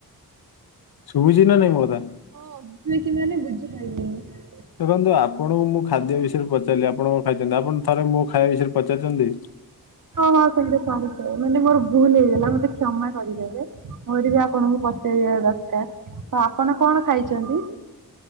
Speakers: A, on the left; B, on the right.
A: ଶୁଭୁଚି ନା ନାଇଁ ମୋକଥା?
B: ହଁ, ଅବିବେକୀ ମାନେ ବୁଝିପାରିଲିନି।
A: ଦେଖନ୍ତୁ ଆପଣଙ୍କୁ ମୁଁ ଖାଦ୍ୟ ବିଷୟରେ ପଚାରିଲି ଆପଣ କଣ ଖାଇଚନ୍ତି? ଆପଣ ଥରେ ମୋ ଖାଇବା ବିଷୟରେ ପଚାରିଚନ୍ତି?
B: ହଁ, ହଁ ସେଇଟ କରିଥାଏ ମାନେ ମୋର ଭୁଲ ହେଇଗଲା ମତେ କ୍ଷମା କରିଦେବେ ମୋର ବି ଆପଣଙ୍କୁ ପଚାରିବା ଦରକାର ତ ଆପଣ କଣ ଖାଇଚନ୍ତି?